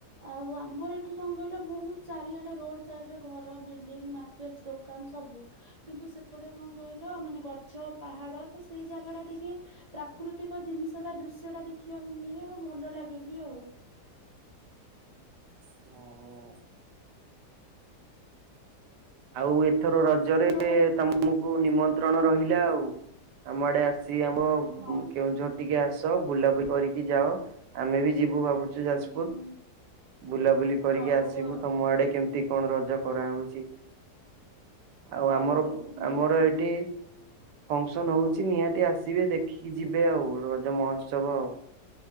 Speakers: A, on the right (about 50°); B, on the right (about 85°).
A: ଆଉ ଆ ମର ଏଠି କଁ କହିଲ ବୋହୁତ ଚାରିଆଡେ ରୋଡ ସାଇଡରେ ଘର ବିଲଡିଂ ମାର୍କେଟ୍ ଦୋକାନ ସବୁ। କିନ୍ତୁ ସେପଟେ କଁ କହିଲ ମାନେ ଗଛ ପାହାଡ ତ ସେଇ ଜାଗାଟା ଟିକେ ପ୍ରାକୃତିକ ଜିନିଷଟା ଦୃଶ୍ୟଟା ଦେଖିବାକୁ ମିଳେ ଆଉ ଭଲ ଲାଗେ ବିି ଆଉ।
B: ହଁ। ଆଉ ଏଥର ରଜରେ
A: ହଉ
B: ତମୁକୁ ନିମନ୍ତ୍ରଣ ରହିଲା ଆଉ ଆମ ଆଡେ ଆସ୍ ସି ଆମ ଉଁ
A: ହଉ
B: କେଉଁଝର ଟିକେ ଆସ ବୁଲାବୁଲି କରିକି ଯାଅ ଆମେ ବି ଯିବୁ ଭାବୁ ଚୁ ଯାଜପୁର
A: ହୁଁ
B: ବୁଲାବୁଲି କରିକି
A: ହଉ
B: ଆସିବୁ
A: ଆଉ
B: ତମ ଆଡେ କେମତି କଣ ରଜ କରାହଉଚି। ଆଉ
A: ହଉ
B: ଆମର
A: ହଉ ନିହାତି
B: ଆମର ଏଠି ଫଙ୍କସନ୍ ହଉଚି ନିହାତି ଆସିବେ ଦେଖିକି ଯିବେ ଆଉ ରଜ ମହୋତ୍ସବ ଆଉ।